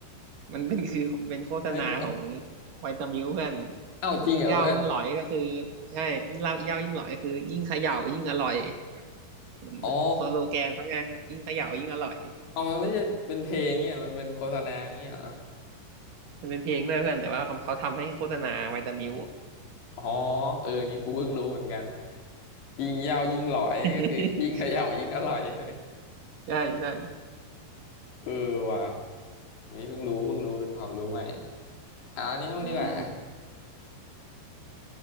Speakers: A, on the right; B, on the left.
A: มันเป็นคือเป็นโฆษณาของ
B: <laughs>
A: ไวตามิลเพื่อน
B: เอ้าจริงเหรอเพื่อน
A: ยิ่งเหย้ายิ่งหลอยก็คือใช่ยิ่งเหล้าเหย้ายิ่งหลอยคือยิ่งเขย่ายิ่งอร่อยเหมือนสโลแกนเขาไงยิ่งเขย่ายิ่งอร่อย
B: อ๋ออ๋อมันไม่ใช่เป็นเพลงเนี่ยมันเป็นโฆษณาอย่างเงี้ยเหรอ
A: มันเป็นเพลงด้วยเพื่อนแต่ว่าเขาเขาทำให้โฆษณาไวตามิล
B: อ๋อเออนี่กูเพิ่งรู้เหมือนกันยิงยาวยิงหลอยก็คือยิงเขย่ายิงอร่อย
A: <laughs>
B: <laughs> ใช่ไหม
A: ใช่ใช่
B: เออว่ะนี่เพิ่งรู้เพิ่งรู้เป็นความรู้ใหม่เอาอันนี้บ้างดีกว่า
A: อืม